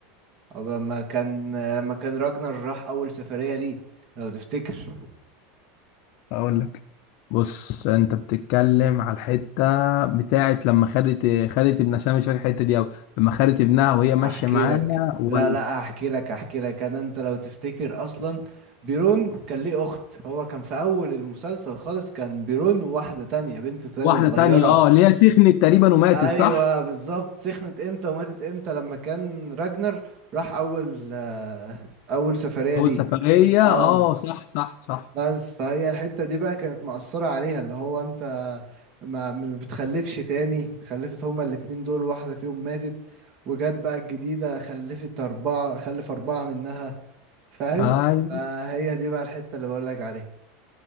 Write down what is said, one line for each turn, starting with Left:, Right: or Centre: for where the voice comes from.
Right: أو لما كان آه، لما كان راجنر راح اول سفرية ليه لو تفتكر
Left: اقول لك بص انت بتتكلم على الحته بتاعت لما خدت خدت ابنها عشان أنا مش فاكر الحته دي قوي لما خدت ابنها وهي ماشيه
Right: احكي
Left: معاها
Right: لك
Left: ولا
Right: لا لا احكي لك احكي لك انا انت لو تفتكر اصلا بيرون كان ليه اخت هو كان في اول المسلسل خالص كان بيرون وواحدة تانية بنت تانية
Left: واحده
Right: صغيرة
Left: تانية اه اللي هي سخنت تقريبا وماتت
Right: ايوه
Left: صح
Right: بالظبط سخنت امتى وماتت امتى لما كان راجنر راح اول آه، اول سفرية ليه
Left: اول سفريه
Right: اه
Left: اه صح صح صح
Right: بس فهي الحتة دي بقى كانت مأثرة عليها اللي هو انت ما ما بتخلفش تاني خلفت هما الاتنين دول واحدة فيهم ماتت وجت بقى الجديدة خلفت أربعة خلف أربعة منها فاهم
Left: ايوه
Right: فهي دي بقى الحتة اللي بقولك عليها